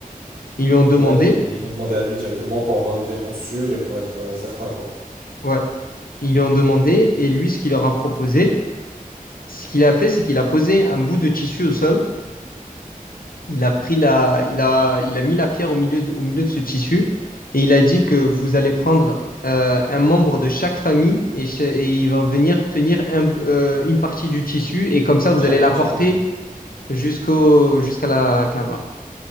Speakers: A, on the left; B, on the right.
A: Ils lui ont demandé,
B: Ouais. donc, euh, Ils vont demander à lui directement pour avoir une réponse sûre et pour être euh, certain quoi.
A: ouais, ils lui ont demandé et lui, ce qu'il leur a proposé, ce qu'il a fait, c'est qu'il a posé un bout de tissu au sol il a pris la, il a, il a mis la pierre au milieu de, au milieu de ce tissu et il a dit que vous allez prendre euh, un membre de chaque famille et, ch- et il va venir tenir un, bou- euh, une partie du tissu et comme ça
B: Ouais,
A: vous
B: Chacun
A: allez la
B: tient
A: porter
B: un bout.
A: jusqu'au, jusqu'à la Kaaba.